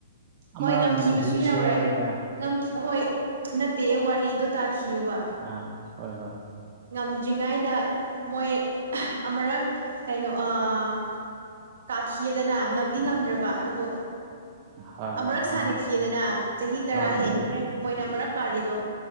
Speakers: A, on the right; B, on the right.
A: ꯑꯃꯔꯛ
B: ꯍꯣꯏ ꯉꯝꯈꯤꯕꯁꯨ ꯌꯧꯔꯦ
A: ꯌꯥꯎꯔꯦꯗꯅ
B: ꯉꯝꯈꯤ ꯍꯣꯏ ꯅꯠꯇꯦ ꯋꯥꯔꯤꯗꯣ ꯇꯥꯈꯤꯌꯣꯕ
A: ꯑꯥ ꯍꯣꯏ ꯍꯣꯏ
B: ꯉꯝꯗ꯭ꯔꯤꯉꯥꯢꯗ ꯃꯣꯏ ꯑꯃꯨꯔꯛ ꯀꯩꯅꯣ ꯑꯥ ꯀꯥꯈꯤꯑꯦꯗꯅ ꯉꯝꯗꯤ ꯉꯝꯗ꯭ꯔꯕ ꯑꯗꯨꯕꯨ
A: ꯍꯣꯏ ꯍꯣꯏ
B: ꯑꯃꯨꯔꯛ
A: ꯈꯪꯉꯤ
B: ꯁꯥꯟꯅꯈꯤꯑꯗꯅ ꯆꯍꯤ ꯇꯔꯥ
A: ꯍꯣꯏ
B: ꯍꯦꯟꯈ꯭ꯔꯦ ꯃꯣꯏꯅ ꯑꯃꯨꯔꯛ ꯀꯥꯔꯤꯗꯣ